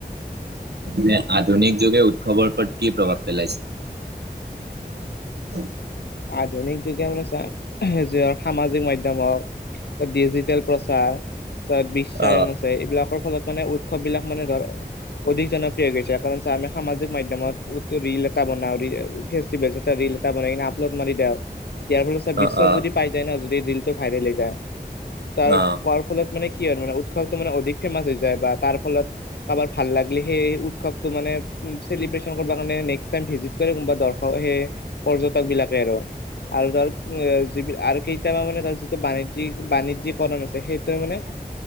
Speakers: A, on the right; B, on the left.
A: যে আধুনিক যুগে উৎসৱৰ ওপৰত কি প্ৰভাৱ পেলাইছে। উম
B: আধুনিক যুগে মানে চা যে সামাজিক মাধ্যম হওক। ত ডিজিটেল প্ৰচাৰ, ত বিশ্বায়ন
A: অ',
B: আছে। এইবিলাকৰ ফলত মানে উৎসৱ বিলাক মানে ধৰ অধিক জনপ্ৰিয় হৈ গৈছে। কাৰণ চা আমি সামাজিক মাধ্যয়মত ৰিল এটা বনাওঁ ফেস্টিভেল এ ৰিল <unintelligible> ত মাৰি দেওঁ। ইয়াৰ ফলত চ
A: অ',
B: বিশ্বজুৰি
A: অ',
B: পাই যায় ন? যদি ৰিলটো ভাইৰেল হৈ যায়। তাৰ
A: অ',
B: পাৰ ফলত মানে কি আৰু মানে উৎসৱটো মানে অধিক ফেমাচ হৈ যায়, বা তাৰ ফলত কাৰোবাৰ ভাল লাগিলি সেই উৎসৱটো মানে, চেলিব্ৰেশচন কৰবা কাৰণে নেক্স টাইম ভিজিট কৰে কোনোবা দৰ্শক সেই পৰ্যটক বিলাকে আৰু। আৰু ধৰ উ য আৰু কেইটান মানে ত যিটো বাণিজ্যক বাণিজ্যিকৰন আছে সেইটোৱে মানে